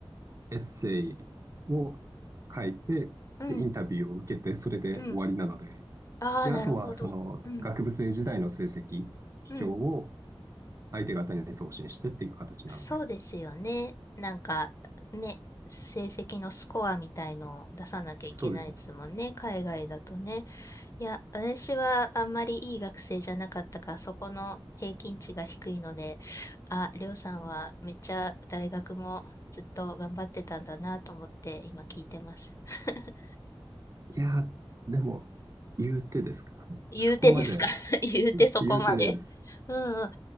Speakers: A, on the right; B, on the left.
A: エッセイを書いて、
B: うん、
A: で、インタビューを受けて、それで終わりなので、
B: うん。ああ、
A: で、あとはその学部生時代の成績
B: なるほど。うん、うん。
A: 表を相手方に送信してっていう形なので、
B: そうですよね。なんか、ね、成績のスコアみたいのを出さなきゃいけないですもんね、
A: そうですね。
B: 海外だとね。いや、私はあんまりいい学生じゃなかったから、そこの平均値が低いので、あ、りょうさんはめっちゃ大学もずっと頑張ってたんだなと思って今聞いてます。<laughs>
A: いやでも、言うてですか。
B: 言うてですか
A: そこまで
B: <laughs> 言うてそこまで。
A: 言うてです。
B: <laughs> うんうん。